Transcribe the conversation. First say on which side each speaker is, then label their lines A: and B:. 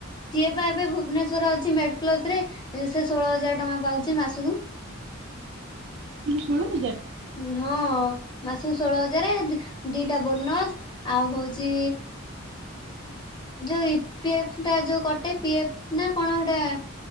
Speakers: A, on the left; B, on the right.
A: ସିଏ ପା ଏବେ ଭୁବନେଶ୍ଵର ଅଛି ମେଡେ ପ୍ଲସ୍ ରେ ସେ ଷୋଳ ହଜାର ଟଙ୍କା ପାଉଚି ମାସକୁ।
B: କୁ ଷୋଳୋ ହଜାର
A: ହଁ ମାସକୁ ଷୋଳୋ ହଜାର ଦି ଦିଟା ବୋନସ୍ ଆଉ ହଉଚି ଯୋଉ ଇପିଏଫ୍ ଟା ଯୋଉ କଟେ ପି ଏ ଫ୍ ନା କଣ ହେଟା